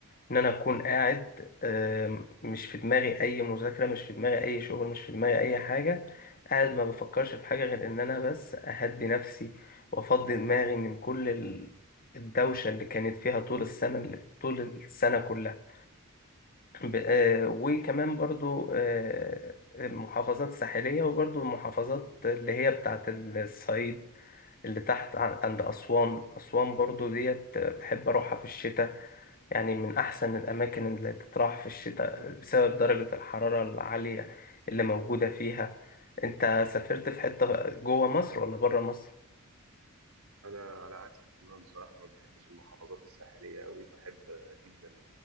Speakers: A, on the left; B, on the right.
A: إن أنا أكون قاعد آم، مش في دماغي أي مذاكرة مش في دماغي أي شغل مش في دماغي أي حاجة قاعد ما بفكرش في حاجة غير إن أنا بس أهدي نفسي وأفضي دماغي من كل ال- الدوشة اللي كانت فيها طول السنة اللي طول السنة كلها ب- آه، وكمان برضو آه، المحافظات الساحلية وبرضو المحافظات
B: مم.
A: اللي هي بتاعت الصعيد اللي تحت عن- عند أسوان أسوان برضو ديت بحب أروحها في الشتاء يعني من أحسن الأماكن اللي تتراح في الشتاء
B: حلو
A: بسبب درجة الحرارة العالية اللي موجودة فيها أنت سافرت في حتة جوه مصر ولا بره مصر؟
B: انا على عكسك تماما بصراحه ما بحبش المحافظات الساحليه قوي بحب آه، جدا